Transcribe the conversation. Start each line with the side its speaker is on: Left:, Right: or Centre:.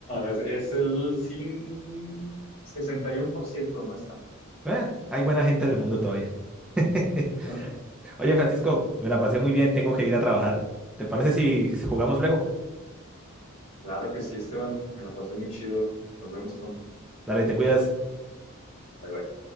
Left: es, es el cin- sesenta y uno por ciento no es tanto.
Centre: Eh, hay buena gente en el mundo todavía. <laughs>
Left: <laughs>
Centre: Oye, Francisco, me la pasé muy bien, tengo que ir a trabajar. ¿Te parece si jugamos luego?
Left: Claro que sí, Esteban. Me la pasé muy chido. Nos vemos pronto.
Centre: Dale, te cuidas.
Left: Bye bye.